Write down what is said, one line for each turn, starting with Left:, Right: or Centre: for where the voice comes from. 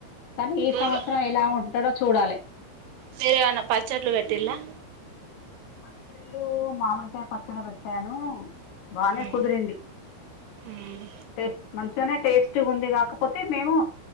Left: కానీ ఈ సంవత్సరం
Right: ఏమి
Left: ఎలా ఉంటాడో చూడాలి
Right: మీరేమన్నా పచ్చట్లు పెట్టిల్లా
Left: పచ్చెలు మామిృత పచ్చడ బట్టాను బానే
Right: మ్మ్
Left: కుదిరింది
Right: మ్మ్
Left: మే మష నే టేస్ట్ ఉంది కాకపోతే మేము